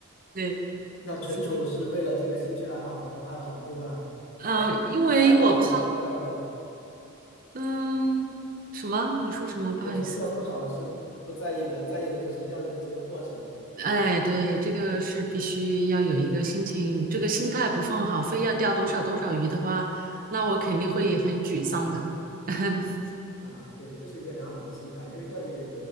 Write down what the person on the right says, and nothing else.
对，
所以，
嗯，因为我抛，
嗯，什么？你说什么？不好意思。
哎，对，这个是必须要有一个心情，这个心态不放好，非要钓多少多少鱼的话，那我肯定会很沮丧的。<laughs>